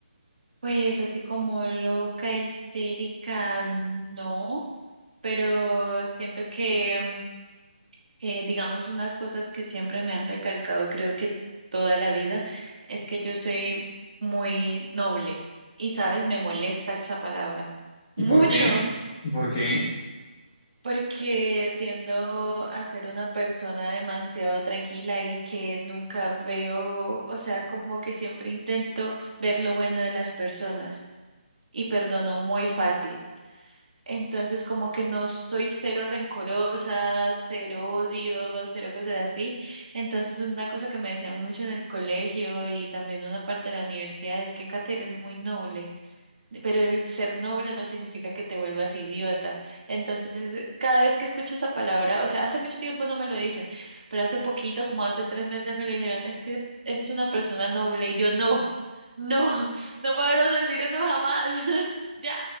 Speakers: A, on the right; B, on the left.
A: Pues así como loca, histérica, no, pero siento que, mm, eh, digamos, unas cosas que siempre me han recalcado, creo que toda la vida, es que yo soy muy noble y, sabes, me molesta esa palabra.
B: ¿Y
A: Mucho,
B: por qué?
A: <laughs>
B: ¿Y por qué?
A: Porque tiendo a ser una persona demasiado tranquila y que nunca veo, o sea, como que siempre intento ver lo bueno de las personas y perdono muy fácil. Entonces, como que no soy cero rencorosa, cero odio, cero cosas así. Entonces, una cosa que me decían mucho en el colegio y también una parte de la universidad es que Kate eres muy noble pero el ser noble no significa que te vuelvas idiota. Entonces, cada vez que escucho esa palabra, o sea, hace mucho tiempo no me lo dicen, pero hace poquito, como hace tres meses, me lo dijeron, es que eres una persona noble y yo no, <laughs> no, no me vuelvas a decir eso jamás. <laughs> Ya,